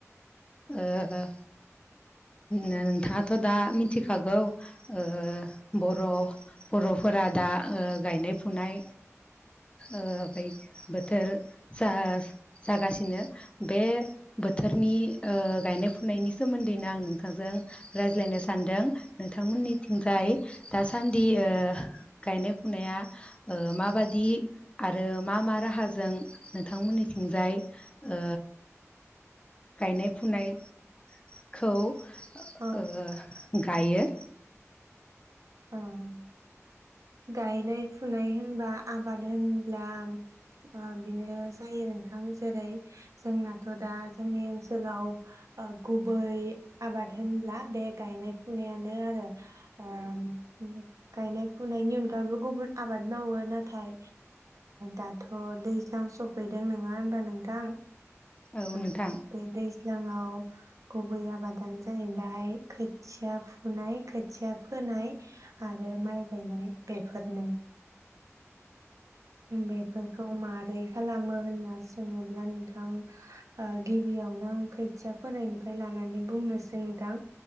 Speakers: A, on the left; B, on the right.
A: ओ हो नो-नोंथाङाथ दा मिथिखागौ ओ बर-बरफोरा दा ओ गायनाय फुनाय ओ बोथोर जा जागासिनो बे बोथोरनि ओ गायनाय फुनायनि सोमोन्दै नि आं नोंथांजों रायज्लायनो सानदों नोंथांमोननि थिंजाय दासान्दि ओ गायनाय फुनाया ओ माबादि आरो मा मा राहाजों नोंथांमोननि थिंजाय ओ गायनाय फुनाय खौ
B: औ
A: ओ गायो
B: ओं गायनाय फुनाय होनबा आबाद होनब्ला ओ बिनो जायो नोंथां जेरै जोंनाथ दा जोंनि ओनसोलाव ओ गुबै आबाद होनब्ला बे गायनाय फुनायानो आरो ओम गायनाय फुनायनि अनगायैबो गुबुन आबाद मावो नाथाय दाथ दैज्लां सफैदों नङा होनबा नोंथां
A: औ
B: ओं
A: नोंथां
B: बे दैज्ल सिगाङाव गुबै आबादानो जाहैबाय खोथिया फुनाय खोथिया फोनाय आरो माइ गायनाय बेफोरनो बेफोरखौ मार बै खालामो होनना सोङोब्ला नोंथां ओ गिबियावनो आं खोथिया फोनायनिफ्राय लानानै बुंनोसै नोंथां